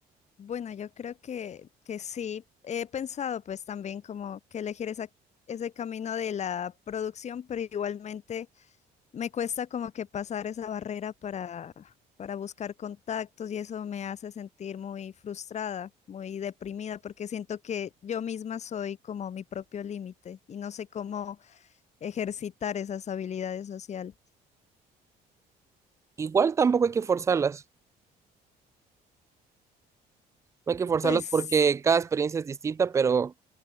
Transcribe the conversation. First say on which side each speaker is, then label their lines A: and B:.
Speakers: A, on the left (about 40°); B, on the right (about 15°).
A: Bueno, yo creo que, que sí. He pensado pues también como que elegir esa, ese camino de la producción, pero igualmente me cuesta como que pasar esa barrera para, para buscar contactos y eso me hace sentir muy frustrada, muy deprimida, porque siento que yo misma soy como mi propio límite y no sé cómo ejercitar esas habilidades sociales.
B: Igual tampoco hay que forzarlas. No hay que forzarlas
A: Pues
B: porque cada experiencia es distinta, pero